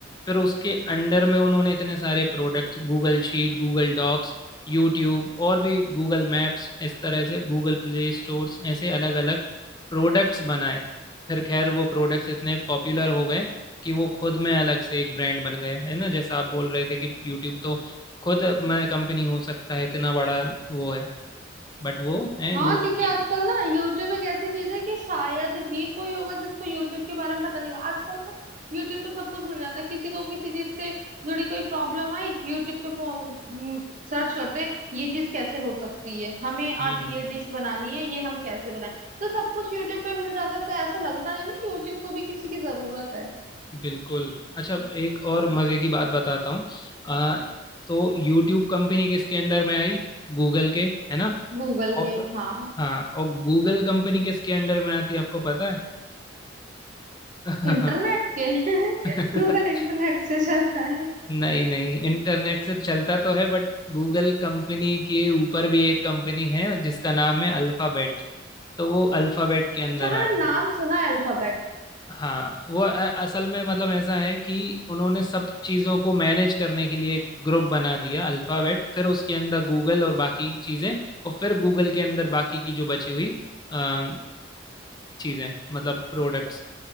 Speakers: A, on the left; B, on the right.
A: फिर उसके अंडर में उन्होंने इतने सारे product Google sheet Google docs YouTube और भी गूगल मैप्स इस तरह से गूगल प्ले स्टोर्स ऐसे अलग अलग प्रोडक्ट्स बनाए फिर खैर वो प्रोडक्ट्स इतने पॉपुलर हो गए कि वो खुद में अलग से एक ब्रांड बन गए है ना जैसा आप बोल रहे थे कि यूट्यूब तो खुद मैं कंपनी हो सकता है इतना बड़ा वो है बट वो है
B: हाँ
A: गूगल
B: क्योंकि
A: के
B: आजकल
A: अंदर
B: ना यूट्यूब एक ऐसी चीज है कि शायद ही कोई होगा जिसको यूट्यूब के बारे में पता नहीं होगा आजकल तो यूट्यूब पे सब कुछ मिल जाता है किसी को किसी चीज से जुड़ी कोई प्रॉब्लम आई यूट्यूब पे सर्च करते हैं ये चीज कैसे हो सकती है हमें
A: हम्म
B: आज ये डिश बनानी है ये हम कैसे बनाएं तो सब कुछ यूट्यूब पे मिल जाता है तो ऐसा लगता नहीं ना यूट्यूब को भी किसी की जरूरत है
A: बिल्कुल अच्छा एक और मजे की बात बताता हूँ आ, तो यूट्यूब कंपनी किसके अंडर में आई गूगल के है ना
B: गूगल
A: और
B: के हाँ
A: हाँ और गूगल कंपनी किसके अंडर में आती है आपको पता है
B: इंटरनेट के <laughs>
A: <laughs>
B: गूगल इंटरनेट से चलता है
A: नहीं नहीं इंटरनेट से चलता तो है बट गूगल कंपनी के ऊपर भी एक कंपनी है जिसका नाम है अल्फाबेट तो वो अल्फाबेट के अंदर
B: अच्छा हाँ मैंने
A: आते
B: नाम
A: हैं
B: सुना है अल्फाबेट
A: हाँ वो अ- असल में मतलब ऐसा है कि उन्होंने सब चीज़ों को मैनेज करने के लिए एक ग्रुप बना दिया अल्फाबेट फिर उसके अंदर गूगल और बाकी चीज़ें और फिर गूगल के अंदर बाकी की जो बची हुई अ, चीज़ें मतलब प्रोडक्ट्स